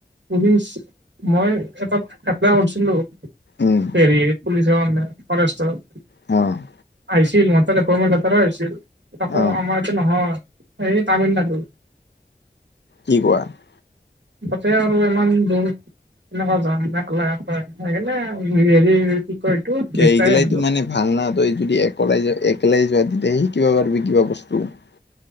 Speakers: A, on the right (about 80°); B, on the left (about 75°).
A: পুলিচ মই এটাত এপ্লাই কৰিছিলোঁ <unintelligible>
B: উম,
A: হেৰি পুলিচৰ অনলাইন ফৰেষ্টৰ। <unintelligible>
B: অঁ <inaudible>
A: আহিছিল মোৰ তাত এপণ্টনমেণ্ট লেটাৰো আহিছিলি। <unintelligible> আকৌ
B: অ'
A: আমাৰ এইয়াতে নহয় এই তামিলনাডু। <unintelligible>
B: কি কোৱা? <inaudible>
A: তাতে আৰু ইমান দূৰ? <unintelligible> এনেকুৱা যাম একেলে-একলে এনেই হেৰি কি কয় এইটো? <unintelligible>
B: সেইগেলাইটো
A: আহিলোঁ
B: মানে ভাল নাহ তই যদি একেলাই যোৱা একেলাই যোৱা তেতিয়াহে শিকিব পাৰিবি কিবা বস্তু। <unintelligible>